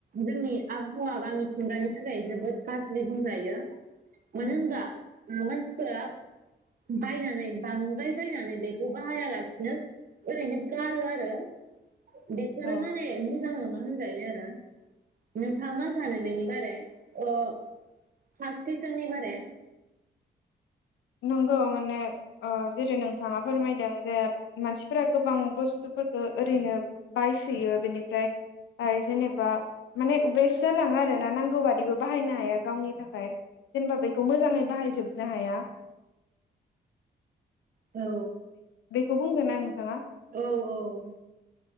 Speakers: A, on the right; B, on the left.
A: जोंनि आ खहा‌बा मिथिंगानि थाखाय जोबोद‌ गाज्रि बुंजायो मानो
B: उम
A: होनब्ला ओ‌ मानस फोरा बायनानै बांद्राय बायनानै बेखौ बाहायालासिनो ओरैनो गारो आरो। बेफोरो
B: औ
A: माने मोजां नङा होन जायो आरो नोंथाङा मा सानो बेनि बारै ओ साबस्क्रिपसननि बारै
B: नंगौ माने ओ जेरै नोंथाङा फोरमायदों जे मानसिफोरा गोबां बुस्थुफोरखौ ओरैनो बायसोयो बेनिफ्राय जेनेबा माने वेस्ट जालाङो आरोना नांगौ बादिबो बाहायनो हाया गावनि थाखाय जेनेबा बेखौ मोजाङै बाहायजोबनो हाया।
A: औ।
B: खौ बुंदोना नोंथाङा?
A: औ औ